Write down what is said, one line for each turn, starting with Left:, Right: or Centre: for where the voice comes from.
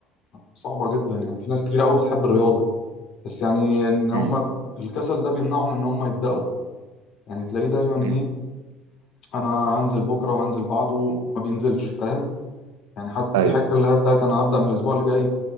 Left: صعبة جدا يعني في ناس كتير قوي بتحب الرياضة بس يعني إن هم
Right: مم.
Left: الكسل ده بيمنعهم إن هم يبدأوا يعني تلاقيه دايما
Right: مم.
Left: إيه أنا هنزل بكرة وهنزل بعده وما بينزلش فاهم يعني حتى
Right: ايوه
Left: في حاجة اللي هي بتاعت أنا هبدأ من الأسبوع اللي جاي